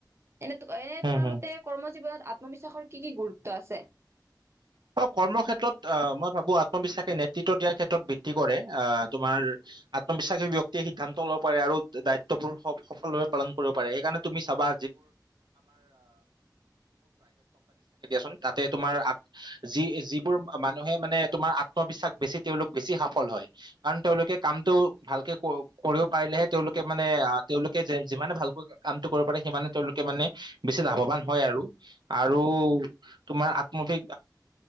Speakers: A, on the right; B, on the right.
A: এনে এনে
B: উম
A: তোমাৰ
B: হম
A: মতে কৰ্ম জীৱনত আত্মবিশ্বাসৰ কি কি গুৰুত্ব আছে
B: কৰ্মক্ষ্ষেত্ৰত আহ মই ভাবো আত্মবিশ্বাসে নেতৃত্ব দিয়াৰ ক্ষেত্ৰত বৃদ্ধি কৰে আহ তোমাৰ আত্মবিশ্বাসী ব্যক্তিয়ে সিদ্ধান্ত ল'ব পাৰে আৰু দায়িত্ববোৰ সফলভাৱে পালন কৰিব পাৰে সেইকাৰণে তুমি চাবা য <unintelligible> যি যিবোৰ মানুহে মানে তোমাৰ আত্মবিশ্বাস বেছি তেওঁলোক বেছি সফল হয় কাৰণ তেওঁলোকে কামটো ভালকে কৰিব পাৰিলেহে তেওঁলোকে মানে তেওঁলোকে যিমানে ভালকৈ কামটো কৰিব সিে তেওঁলোকে মানে বেছি লাভৱান হয় আৰু আৰু তোমাৰ আত্মবিিক